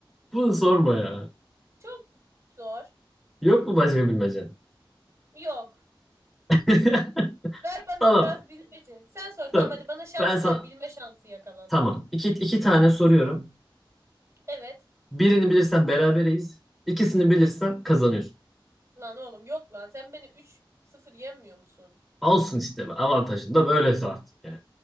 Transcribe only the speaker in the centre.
Bunu sorma ya.
Yok mu başka bilmecen?
<laughs>
Tamam.
Tamam.
Ben sana...
Tamam. İki, iki tane soruyorum.
Birini bilirsen berabereyiz. İkisini bilirsen kazanıyorsun.
Olsun işte. Avantajın da böylesi artık yani.